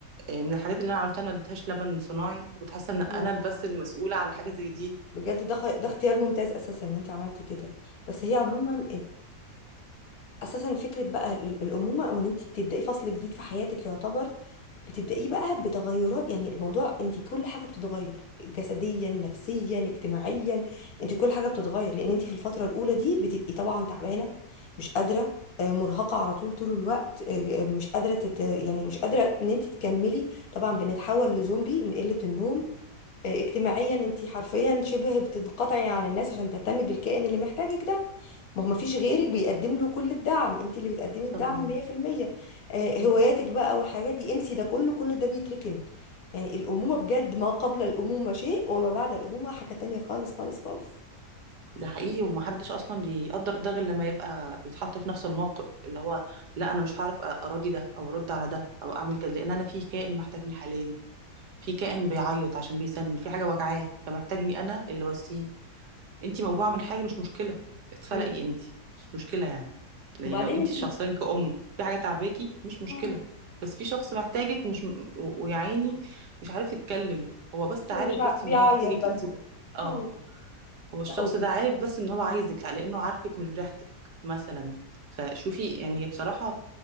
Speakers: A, on the right; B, on the left.
A: آه، من الحاجات اللي انا عملتها انا ما اديتهاش لبن صناعي فكنت حاسه ان انا
B: ايوه طبعا
A: بس المسؤوله عن حاجه زي دي
B: بجد ده خ... ده اختيار ممتاز اساسا ان انت عملتي كده بس هي عموما اساسا فكره بقى ال- الامومه او ان انت بتبداي فصل جديد في حياتك يعتبر بتبدايه بقى بتغيرات يعني الموضوع انت كل حاجه بتتغير جسديا نفسيا اجتماعيا انت كل حاجه بتتغير لان انت في الفتره الاولى دي بتبقي طبعا تعبانه مش قادره آه، مرهقه على طول طول الوقت آه، آه، مش قادره تت... يعني مش قادره ان انت تكملي طبعا بنتحول لزومبي من قله النوم آه، اجتماعيا انت حرفيا شبه بتنقطعي عن الناس عشان تهتمي بالكائن اللي محتاجك ده ما هو مفيش
A: اه
B: غيرك بيقدم له كل الدعم انت اللي بتقدمي الدعم
A: طبعا
B: 100% آه،
A: مم.
B: هواياتك بقى والحاجات دي انسي ده كله كل ده بيتركن يعني الأمومة بجد ما قبل الأمومة شيء وما بعد الأمومة حاجة تانية خالص خالص خالص
A: ده حقيقي ومحدش اصلا بيقدر ده غير لما يبقى يتحط في نفس الموقف اللي هو لا انا مش هعرف اراضي ده او ارد على ده او اعمل كده لان انا في كائن محتاجني حاليا في كائن بيعيط عشان بيسن في حاجه وجعاه فمحتاجني انا اللي واسيه انتي موجوعه من حاجه مش مشكله اتفلقي
B: مم.
A: انتي مش مشكله يعني يعني
B: وبعدين
A: لو انتي
B: انت
A: شخصيا كأم في حاجه تعباكي مش مشكله
B: اه
A: بس في شخص محتاجك ومش و- ويا عيني مش عارف يتكلم هو بس
B: مش
A: عارف
B: ع-
A: بس
B: بيعيط
A: ان هو محتاجك
B: بس
A: انتي بس اه
B: اه
A: هو الشخص
B: لا و-
A: ده عارف بس ان هو عايزك لانه عارفك من ريحتك مثلا فشوفي يعني هي بصراحه